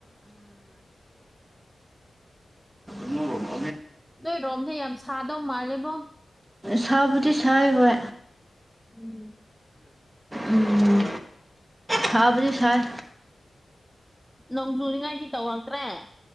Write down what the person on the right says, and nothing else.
ꯏꯟꯅ ꯔ
ꯁꯥꯎꯕꯗꯤ ꯁꯥꯏ ꯍ
ꯎꯝ ꯊꯥꯕꯖꯦ ꯁꯑ